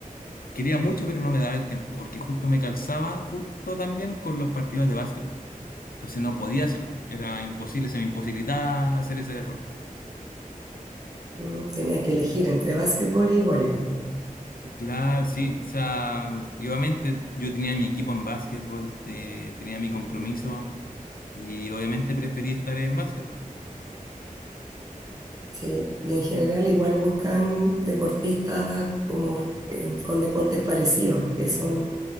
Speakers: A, on the left; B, on the right.
A: quería mucho, pero no me daba el tiempo, porque justo me calzaba justo también con los partidos de básquetbol. Entonces no podía hacerlo, era imposible, se me imposibilitaba hacer ese deporte.
B: Mm, Tenías que elegir entre básquetbol y voleibol.
A: Claro, sí, o sea, y obviamente yo tenía mi equipo en básquetbol, te- tenía mi compromiso y obviamente preferí estar en básquetbol.
B: Sí, y en general igual buscan deportistas como eh, con deportes parecidos, que son